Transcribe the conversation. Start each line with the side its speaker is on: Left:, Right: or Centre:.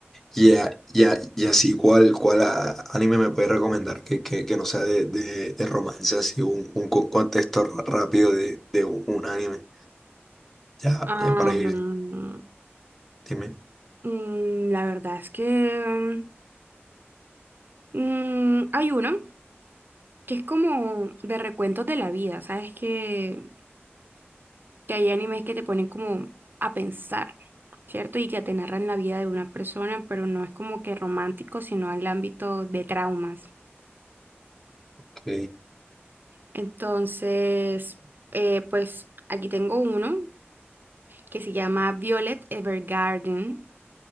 Centre: Y, a- y, a- y así, ¿cuál, cuál a- anime me puede recomendar que, que, que no sea de, de, de romance, así un, un co- contexto r- rápido de, de un, un anime? Ya,
Right: Ah,
Centre: ya para ir,
Right: mm,
Centre: dime.
Right: la verdad es que mm, hay uno que es como de recuentos de la vida, ¿sabes? Que que hay animes que te ponen como a pensar, ¿cierto? Y que te narran la vida de una persona, pero no es como que romántico, sino en el ámbito de traumas.
Centre: Ok,
Right: Entonces, eh, pues aquí tengo uno que se llama Violet Evergarden.